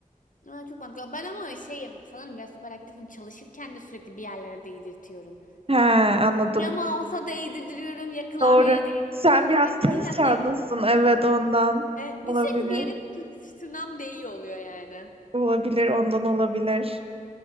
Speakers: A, on the left (about 65°); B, on the right (about 40°).
A: Aa, çok mantıklı. Ben ama şeyim sanırım biraz hiperaktifim. Çalışırken de sürekli bir yerlere değdirtiyorum.
B: He anladım.
A: Ya mouse'a değdirtiyorum ya klavyeye
B: Doğru.
A: değdirtiyorum
B: Sen biraz
A: ya
B: tez
A: illa
B: çağındasın.
A: bir yere.
B: Evet ondan
A: E,
B: olabilir.
A: sürekli bir yere tı- tırnağım değiyor oluyor yani.
B: Olabilir ondan olabilir.